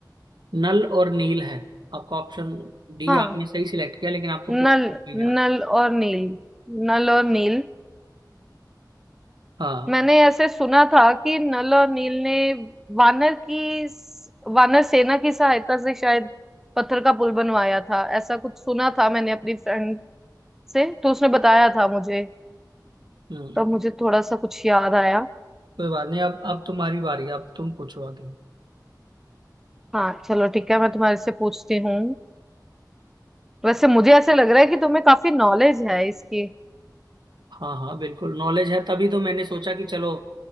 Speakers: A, on the right; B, in the centre.
A: नल और नील है आपका ऑप्शन डी
B: हाँ
A: आपने सही सिलेक्ट किया लेकिन आपको
B: नल
A: पूरा नहीं याद
B: नल और नील नल और नील
A: हाँ
B: मैंने ऐसे सुना था कि नल और नील ने वानर की वानर सेना की सहायता से शायद पत्थर का पुल बनवाया था ऐसा कुछ सुना था मैंने अपनी फ्रेंड से तो उसने बताया था मुझे
A: हम्म
B: तब मुझे थोड़ा सा कुछ याद आया
A: कोई बात नहीं अब अब तुम्हारी बारी अब तुम पूछो आगे
B: हाँ चलो ठीक है मैं तुम्हारे से पूछती हूँ वैसे मुझे ऐसे लग रहा है कि तुम्हें काफी नॉलेज है इसकी
A: हाँ हाँ बिल्कुल नॉलेज है तभी तो मैंने सोचा कि चलो